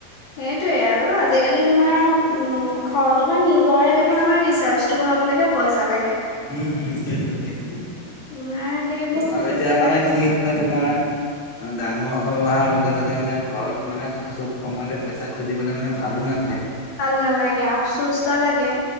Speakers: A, on the left (about 60°); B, on the left (about 30°).
A: সেইটোৱেই আৰু আজিকালি তোমাৰ উম তোমাৰ নিজৰে দেখোন আমাৰ ৰিচাৰ্চ তো ভৰাব লাগে পইচাঁ লাগে।
B: উম উম সেইটোৱে সেইটোৱে।
A: তোমাৰ সেইবোৰ
B: আৰু
A: খুটুক
B: এতিয়া
A: খাটাককে
B: মানে কি হয় তোমাৰ ডাঙৰ ঘৰ অহাৰ লগে লগে মানে ঘৰত মানে চব সময়তে পইচা খুজিবলৈ মানে ভালো নাই।
A: ভাল নালাগে আফচুস্থা লাগে।